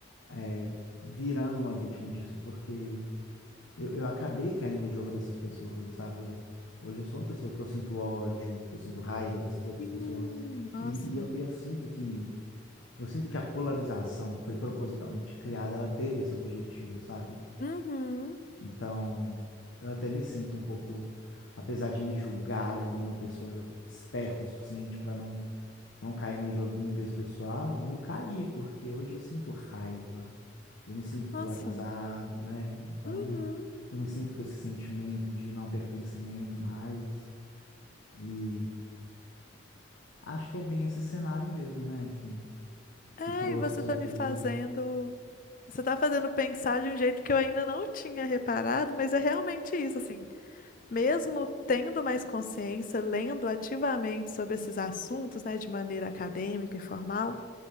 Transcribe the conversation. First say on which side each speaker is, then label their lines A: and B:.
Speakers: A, on the left; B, on the left.
A: é, virando uma vítima disso, porque eu, eu acabei caindo no jogo dessas pessoas, sabe? Eu, hoje eu sou uma pessoa que eu sinto ódio, que eu sinto raiva dessas outras
B: sim,
A: pessoas,
B: nossa,
A: e, e eu, e eu sinto que eu sinto que a polarização que foi propositalmente criada, ela teve esse objetivo, sabe?
B: uhum,
A: Então, eu até me sinto um pouco, apesar de me julgar ali uma pessoa esperta o suficiente para não, não cair no joguinho desse pessoal, eu caí, porque hoje eu sinto raiva, eu me sinto polarizado,
B: nossa,
A: né? Então,
B: uhum.
A: eu me sinto com esse sentimento de não pertencimento mais. E acho que é bem esse cenário mesmo, né? Que,
B: É,
A: que trouxe
B: e você
A: isso
B: tá
A: tudo.
B: me fazendo. Você tá fazendo pensar de um jeito que eu ainda não tinha reparado, mas é realmente isso, assim. Mesmo tendo mais consciência, lendo ativamente sobre esses assuntos, né, de maneira acadêmica e formal.